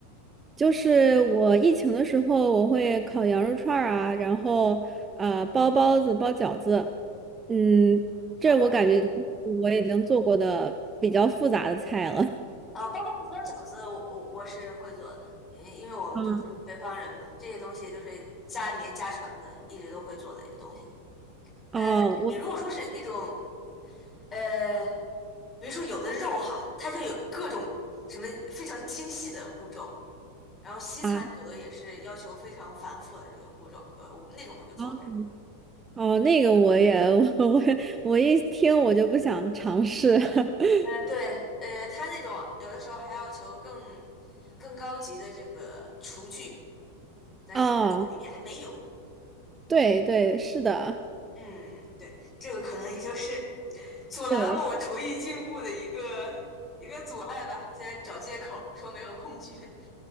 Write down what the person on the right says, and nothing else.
就是我疫情的时候，我会烤羊肉串儿啊，然后呃包包子、包饺子，嗯，这我感觉
我已经做过的比较复杂的菜了。
嗯，
<laughs>
哦，
我
啊，
哦，哦，那个我也 <laughs> 我我一听我就不想尝试。<laughs>
啊，对对，是的。
对。